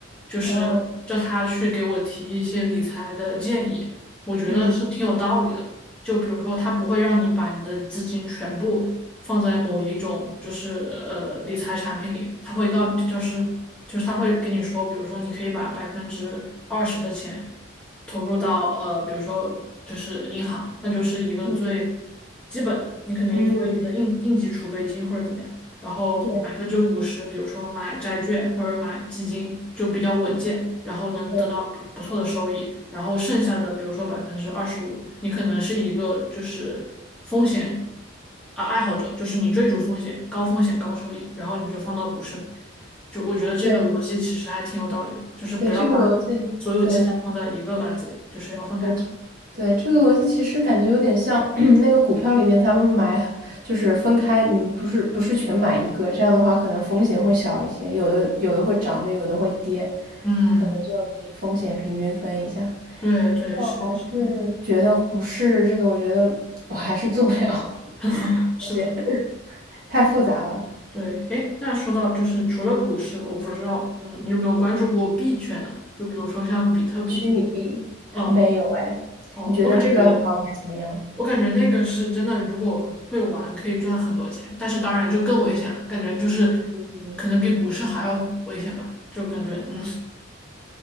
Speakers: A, in the centre; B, on the right.
A: 就是叫他去给我提一些理财的建议，
B: 哦，
A: 我觉得是挺有道理的。
B: 嗯
A: 就比如说，他不会让你把你的资金全部放在某一种就是呃理财产品里，他会告就是就是他会跟你说，比如说你可以把百分之二十的钱投入到呃比如说就是银行，那就是一个最基本的嘛，
B: 嗯
A: 你可能作为你的应应急储备金或者怎么样。
B: 嗯，
A: 然后百分之五十，
B: 对。
A: 比如说买债券或者买基金，就比较稳健，然后能得到不不错的收益。
B: 对
A: 然后剩下的，比如说百分之二十五，你可能是一个就是风险啊爱好者，就是你追逐风险，高风险高收益，然后你就放到股市里面。就我觉得这个逻辑其实还挺有道理的，
B: 对
A: 就是不要把
B: 对，这个逻辑，
A: 所有鸡蛋放在一个篮子里，
B: 对
A: 就是要分开放。
B: 对这对，这个逻辑其实感觉有点像 <clears throat> 那个股票里面他们买，就是分开，你不是不是全买一个，这样的话可能风险会小一些，有的有的会涨，就有的会跌，
A: 嗯，
B: 可能就你风险平均分一下。
A: 对对，
B: 但我还是觉得股市这个，
A: 是的，是
B: 我觉得我还是做不了，<laughs>
A: 的，<laughs> 是的。
B: 感觉太复杂了
A: 对，哎，那说到就是除了股市，我不知道，嗯，你有没有关注过币圈呢？就比如说像比特币这，
B: <laughs>。虚拟币没有哎，
A: 嗯，哦，
B: 你觉得这个行业怎么样？
A: 我感觉，我感觉那个是真的，如果会玩可以赚很多钱，但是当然就更危险了，感觉就是
B: 嗯，
A: 可能比股市还要危险吧，就感觉，嗯，